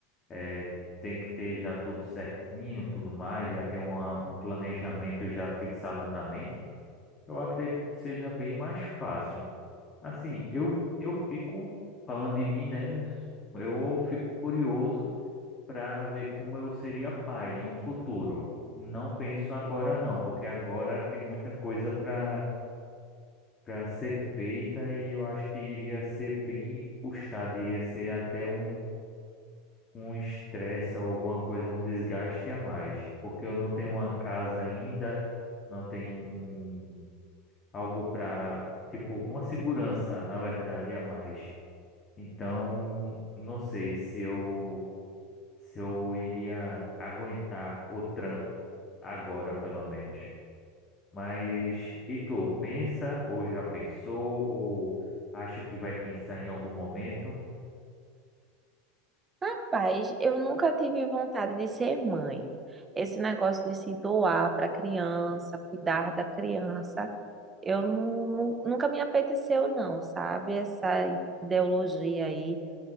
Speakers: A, on the left; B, on the right.
A: É, tem que ter já tudo certinho, tudo mais, já ter uma, um planejamento já fixado na mente. Eu acredito que seja bem mais fácil. Assim, eu, eu fico falando de mim, né? Eu fico curioso para ver como eu seria pai em um futuro. Não penso agora não, porque agora tem muita coisa para para ser feita e eu acho que iria ser bem puxado, iria ser até um um estresse ou alguma coisa, um desgaste a mais, porque eu não tenho uma casa ainda, não tenho um algo para, tipo, uma segurança, na verdade, a mais. Então, não sei se eu se eu iria aguentar o tranco agora, pelo menos. Mas e tu, pensa ou já pensou ou acha que vai pensar em algum momento?
B: Rapaz, eu nunca tive vontade de ser mãe. Esse negócio de se doar para a criança, cuidar da criança, Eu nu- nu- nunca me apeteceu, não, sabe? Essa ideologia aí,